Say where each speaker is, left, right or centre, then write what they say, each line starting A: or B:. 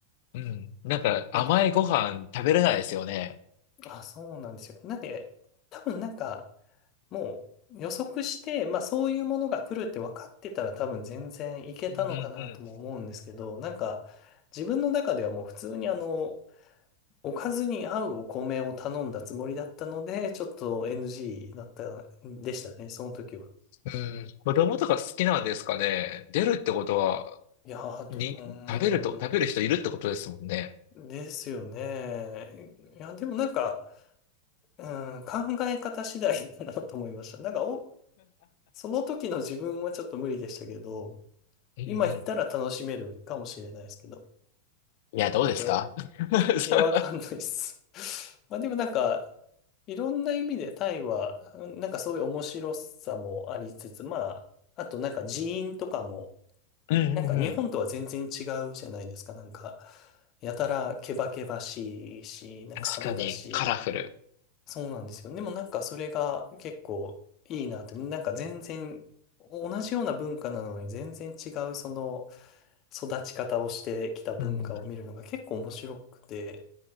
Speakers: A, on the left (about 50°); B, on the left (about 35°).
A: うん。なんか、
B: なんで、
A: 甘いご飯食べれないですよね。
B: あ、そうなんですよ。なんで、多分なんか、もう予測して、まあそういうものが来るって分かってたら多分全然いけたのかなとも思うんですけど、
A: うんうんうん。
B: なんか自分の中ではもう普通にあの、おかずに合うお米を頼んだつもりだったので、ちょっと NG だったんでしたね、その時は。
A: うん、子供とか好きなんですかね。出るってことは、
B: いやー、あと、
A: に、
B: うーん、
A: 食べると、食べる人いるってことですもんね。
B: ですよね。いや、でもなんか、うん、考え方次第だなと思いました。なんかお、その時の自分はちょっと無理でしたけど、
A: うんうん。
B: 今行ったら楽しめるかもしれないですけど。
A: いや、どうですか
B: なんで、
A: <laughs> そう
B: いや、わかんないです。<laughs> まあでもなんか、いろんな意味でタイは、うんなんかそういう面白さもありつつ、まあ、あとなんか人員とかも、
A: うんうんうん。
B: なんか日本とは全然違うじゃないですか。なんか、やたらケバケバしいし、なんか派手だし、
A: 確かに、カラフル。
B: そうなんですよ。でもなんかそれが結構いいなって、なんか全然同じような文化なのに全然違うその育ち方をしてきた文化を見るのが結構面白くて、
A: うん。